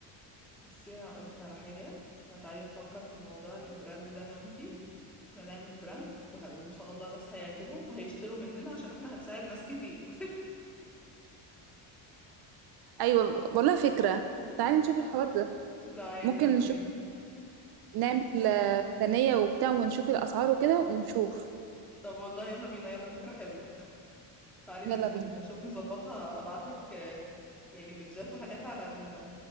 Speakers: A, in the centre; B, on the right (about 60°).
A: بصي انا اقول لك على حاجه احنا تعالي نفكر في موضوع البراند ده انا وانتي احنا نعمل براند وه... وان شاء الله ناس هيعجبهم فهيشتروا مننا عشان احنا هنساعد ناس كتير
B: ايوه والله فكره تعالي نشوف الحوار ده
A: <laughs> تعالي
B: ممكن
A: يلا
B: نشوف
A: بينا
B: نعمل آه، ميزانيه وبتاع ونشوف الاسعار وكده ونشوف
A: طب والله يلا بينا يلا فكره حلوه تعالي
B: يلا
A: ن-
B: بينا
A: نشوف نظبطها هبعتلك آه، يعني بيدجات وحاجات على ال